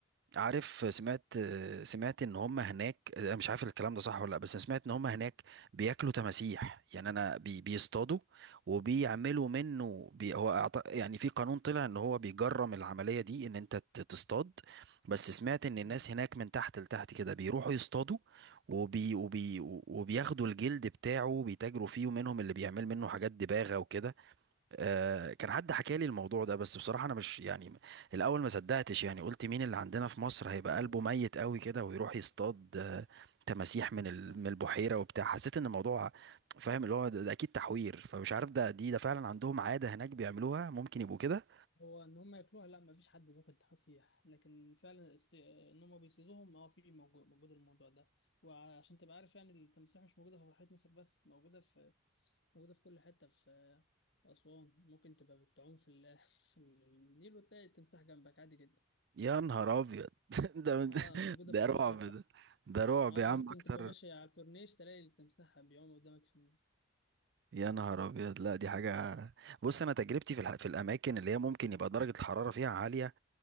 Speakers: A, on the right; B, on the left.
A: عارف سمعت آه، سمعت ان هم هناك انا مش عارف الكلام ده صح ولا لا بس أنا سمعت ان هم هناك بياكلوا تماسيح يعني انا بي بيصطادوا وبيعملوا منه بي هو أعط- يعني في قانون طلع ان هو بيجرم العمليه دي ان انت ت- تصطاد بس سمعت ان الناس
B: امم
A: هناك من تحت لتحت كده بيروحوا يصطادوا وبي وبي وبياخدوا الجلد بتاعه بيتاجروا فيه ومنهم اللي بيعمل منه حاجات دباغه وكده آه، كان حد حكى لي الموضوع ده بس بصراحة أنا مش يعني الأول ما صدقتش يعني قلت مين اللي عندنا في مصر هيبقى
B: ايوه
A: قلبه ميت قوي كده ويروح يصطاد آه، تماسيح من
B: ايوه
A: ال- من البحيرة وبتاع حسيت إن الموضوع فاهم اللي هو ده, ده أكيد تحوير فمش عارف ده دي ده فعلا عندهم عادة هناك بيعملوها ممكن يبقوا كده
B: هو ان هم ياكلوها لا ما فيش حد بياكل تفاسيح لكن فعلا الس- ان هم بيصيدوهم اه في موجود, موجود الموضوع ده وعشان تبقى عارف يعني التمساح مش موجوده في بحيره ناصر بس موجوده في موجوده في كل حته في اسوان ممكن تبقى بتعوم في ال- <laughs> في النيل وتلاقي التمساح جنبك عادي جدا
A: يا نهار أبيض <laughs> ده
B: اه موجوده
A: ده
B: في كل
A: رعب
B: حته
A: ده ده رعب
B: اه
A: يا عم
B: ممكن
A: أكتر
B: تبقى ماشي على الكورنيش تلاقي التمساح بيعوم قدامك في النيل
A: يا نهار أبيض لا دي حاجة بص أنا تجربتي في الح- في الأماكن اللي هي ممكن يبقى درجة الحرارة فيها عالية